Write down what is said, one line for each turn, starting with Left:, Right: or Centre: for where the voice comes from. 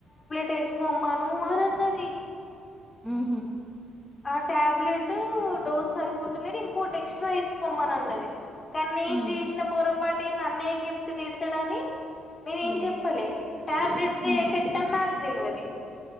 Left: టేసుకోమ్మను అని అన్నది
Centre: ఆహ
Left: ఆ టాబ్లెట్ డోస్ సరిపోతాలేదు ఇంకోకటి ఎక్స్ట్రా వేసుకోమ్మని అని అన్నది కానీ నేను
Centre: ఉమ్
Left: చేసిన పొరపాటు ఏంది అన్నయ్య కు చెప్పుతే తిడుతాడని నేను ఏం
Centre: ఉమ్
Left: చెప్పలే టాబ్లెట్ దే
Centre: ఉమ్
Left: ఎఫెక్ట్ అని నాకు తెలువది